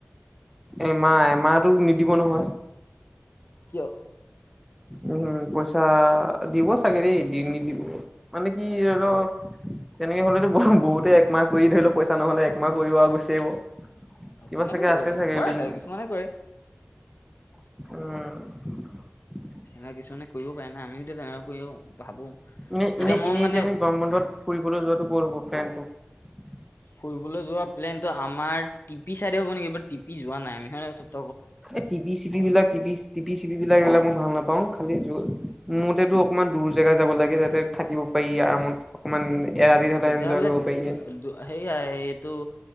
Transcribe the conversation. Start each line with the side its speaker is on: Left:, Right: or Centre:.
Centre: এমাহ এমাহটো নিদিব নহয়।
Left: অ,
Centre: উম উ উ, পইচা দিব চাগে দেই দি নিদিব মানে কি ধৰিলও তেনেকে হলেতো ই হি বহুতে একমাহ কৰি ধৰি লও পইচা নহলে একমাহ কৰিব আৰু গুচি আহিব। কিবা
Left: তেনেকৈ
Centre: চাগে আছে চাগে
Left: কৰা
Centre: লিংক
Left: যায় কিছুমানে কৰে
Centre: উম উ
Left: সেনেকুৱা কিছুমানে কৰিব পাৰে না আমি ও তো তেনেকৈও ভাবো
Centre: এনেই এনেই
Left: মই
Centre: এনেই
Left: মানে
Centre: এতিয়া আমি গৰম বন্ধত ফুৰিবলৈ যোৱাত এইটো পৰব ফেনটো ঢি ঢি ঢি
Left: ফুৰিবলৈ যোৱা প্লেন ত আমাৰ টিপি চাইডে হ'ব নেকি বাট টিপি যোৱা নাই আমি হেয়া আৰু চব
Centre: এ টিপি-চিপি বিলাক টিপি-চিপি বিলাক এইবিলাক মই ভাল নাপা পাওঁ খালি য মুঠতে অকণমান দূৰ জেগা যাব লাগে যাতে থাকিব পাৰি আৰামত অকমান এৰাতি
Left: আ
Centre: হলে
Left: তেতিয়াহলে
Centre: এনজয় কৰিব পাৰি
Left: দু দু সেয়াই এইটো